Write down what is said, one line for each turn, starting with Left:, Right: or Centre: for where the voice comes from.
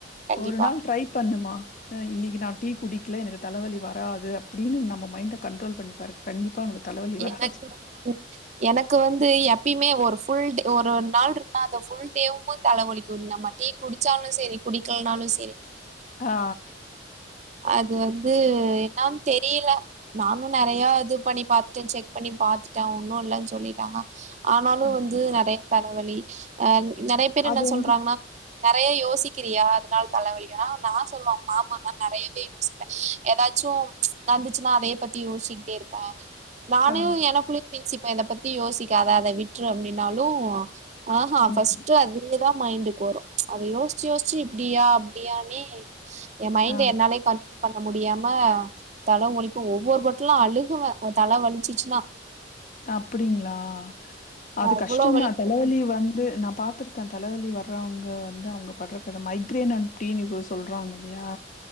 Right: கண்டிப்பா
Left: ஒரு நாள் ட்ரை பண்ணுமா அ இன்னிக்கு நா டீ குடிக்ல எனக்கு தலவலி வராது அப்டின்னு நம்ம மைண்ட கண்ட்ரோல் பண்ணிப்பாரு கண்டிப்பா உனக்கு தலைவலி வராது.
Right: எனக்கு <inaudible> எனக்கு வந்து எப்பயுமே ஒரு ஃபுல் டே ஒரு நாள் இருப்ப அந்த ஃபுல் டேவும் தலவலிக்குங் நம்ம டீ குடிச்சாலு சேரி குடிக்லனாலு சேரி
Left: ஆ
Right: அது வந்து என்னனு தெரியல நானு நெறைய இது பண்ணி பாத் துட்ட செக் பண்ணி பாத்துட்ட ஒன்னு இல்லன் சொல்லிட்டாங்க ஆனாலு
Left: ஆமா.
Right: வந்து நெறைய தலவலி அங் நெறைய பேர் என்ன
Left: அது வந்து
Right: சொல்றாங்கனா நெறைய யோசிக்றியா அதனால தலவலியா நா சொல்லுவ ஆமா நா நெறையவே யோசிப்ப ஏதாச்சு வந்துச்சுன்னா அத பத்தி யோசிச்சுகிட்டே இருப்ப நானு
Left: ஆ
Right: எனக்குள்ளயு பேசிப் இத பத்தி யோசிக்காத அத விட்று அப்படின்னாலு ஆஹ்ஹ
Left: ம்
Right: ஃபஸ்ட் அதுலதா மைண்டுக்கு வரு அத யோசிச்சு யோசிச்சுஇப்டியா அப்டியானே என் மைண்ட
Left: ஆ
Right: என்னாலே கன் பண்ண முடியாம தலவலிக்கு ஒவ்வொரு வாட்டலு அழுகுவ தல வலிச்சிச்சுனா
Left: அப்டிங்களா அது
Right: அவ்ளோ
Left: கஷ்டந்தா
Right: வலிக்கு
Left: தலவலி வந்து ந பாத்திருக்க தலவலி வர்றவங்க வந்து அவங்க பட்ற மைக்ரேன் அண்ட்டீனு இது சொல்றாங்கல்லயா